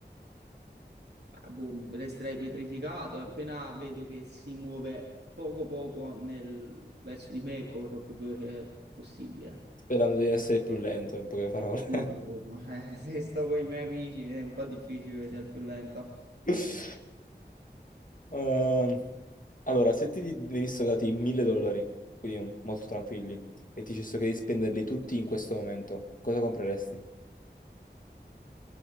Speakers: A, on the right; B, on the left.
A: Ma, boh, resterei pietrificato e appena vedo che si muove poco poco nel- verso di me, corro più veloce possibile.
B: sperando di essere più lento, in poche parole.
A: Non lo so, <laughs> eh, se sto con i miei amici è un po' difficile che sia il più lento.
B: <laughs> Ehm, allora, se ti venissero dati 1000 dollari, quindi molto tranquilli, e ti dicessero che devi spenderli tutti in questo momento, cosa compreresti?